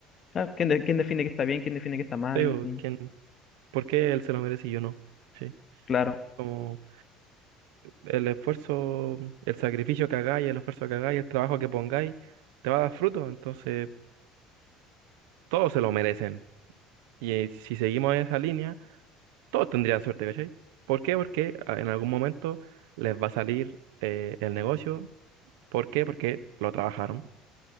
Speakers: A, on the left; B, on the right.
A: Claro, ¿Quién, de- quién define que está bien, quién define que está mal?
B: Sí, po,
A: Así,
B: ¿quién? ¿Por qué él se lo merece y yo no? Sí,
A: claro.
B: como el esfuerzo, el sacrificio que hagáis, el esfuerzo que hagáis, el trabajo que pongáis, te va a dar fruto, entonces todos se lo merecen. Y eh, si seguimos esa línea todos tendrían suerte, ¿cachai? ¿Por qué? Porque a- en algún momento les va a salir eh, el negocio. ¿Por qué? Porque lo trabajaron.